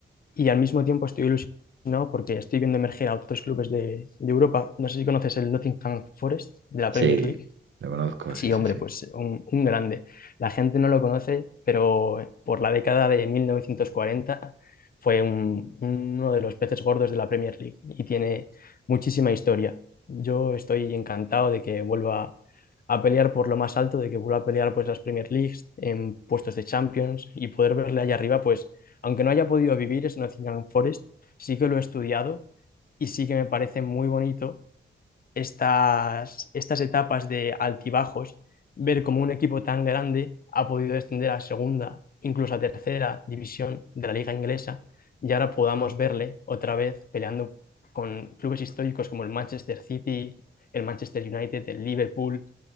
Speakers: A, on the left (about 45°); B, on the right (about 70°).
A: y al mismo tiempo estoy ilusionado porque estoy viendo emerger a otros clubes de, de Europa. No sé si conoces el Nottingham Forest de la
B: Sí,
A: Premier League.
B: lo conozco,
A: Sí,
B: sí, sí,
A: hombre,
B: sí.
A: pues un, un grande. La gente no lo conoce, pero por la década de 1940 fue un- uno de los peces gordos de la Premier League y tiene muchísima historia. Yo estoy encantado de que vuelva a pelear por lo más alto, de que vuelva a pelear pues las Premier Leagues en puestos de Champions y poder verle allá arriba, pues aunque no haya podido vivir en Nottingham Forest, sí que lo he estudiado y sí que me parece muy bonito estas, estas etapas de altibajos, ver cómo un equipo tan grande ha podido descender a segunda, incluso a tercera división de la liga inglesa, y ahora podamos verle otra vez peleando con clubes históricos como el Manchester City, el Manchester United, el Liverpool.